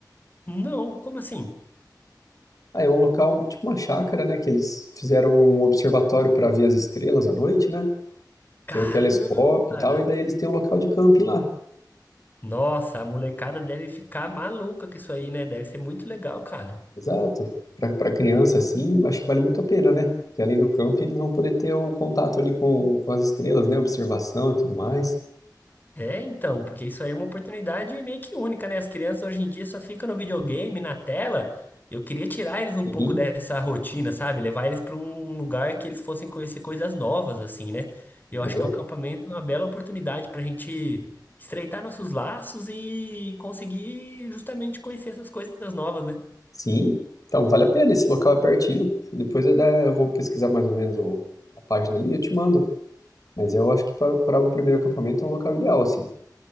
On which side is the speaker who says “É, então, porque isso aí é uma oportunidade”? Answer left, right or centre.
Left